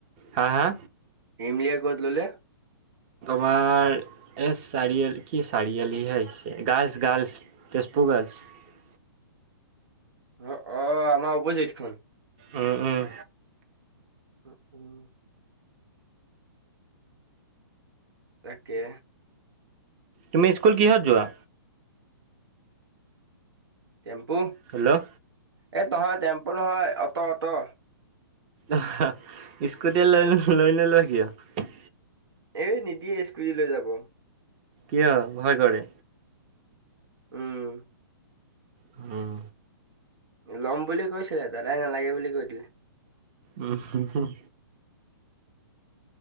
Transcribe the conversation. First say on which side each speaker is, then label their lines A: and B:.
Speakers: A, on the right (about 30°); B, on the right (about 80°).
A: হা-হা?
B: হিমলিয় ক'ত ললে?
A: মাৰ এছ চাৰিআলী কি চাৰিআলী হেছে গাৰ্লছ-গাৰ্লছ তেজপুৰ গাৰ্ল <unintelligible> পচ
B: অ, আমাৰ অপজিটখন।
A: উম-উম।
B: উম - উম। তাকে।
A: তুমি স্কুল কি হত যোৱা?
B: টেম্পু
A: হেল্ল'
B: এ নহয় টেম্পু নহয় অটো অটো।
A: আহ স্কুটিয়ে লৈ লৈ নোলোৱা কিয়?
B: এ নিদিয়ে স্কুটি লৈ যাব।
A: কিয়, ভয় কৰে?
B: উম
A: হম
B: ল'ম বুলি কৈছিলে দাদাই নালাগে বুলি কৈ দিলে।
A: উম হম হম।